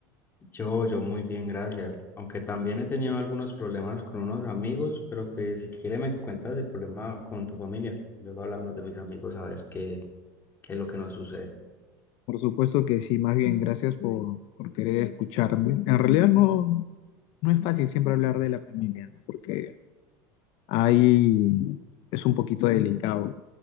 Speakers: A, on the left; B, on the left.
A: yo, yo muy bien, gracias. Aunque también he tenido algunos problemas con unos amigos, pero pues si quieres me cuentas el problema con tu familia. Luego hablamos de mis amigos a ver qué, qué es lo que nos sucede.
B: por supuesto que sí, más bien gracias por, por querer escucharme. En realidad no, no es fácil siempre hablar de la familia, ¿no? Porque ahí es un poquito delicado.